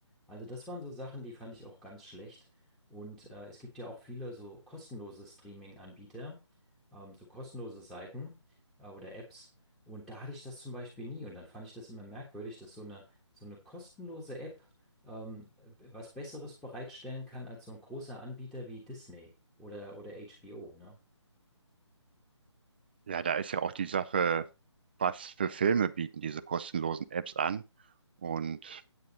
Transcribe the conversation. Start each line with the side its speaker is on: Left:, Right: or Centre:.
Centre: Also das waren so Sachen, die fand ich auch ganz schlecht. Und äh, es gibt ja auch viele so kostenlose Streaming-Anbieter, ähm, so kostenlose Seiten äh, oder Apps. Und da hatte ich das zum Beispiel nie. Und dann fand ich das immer merkwürdig, dass so eine, so eine kostenlose App ähm, was Besseres bereitstellen kann als so ein großer Anbieter wie Disney oder, oder HBO, ne?
Right: Ja, da ist ja auch die Sache, was für Filme bieten diese kostenlosen Apps an und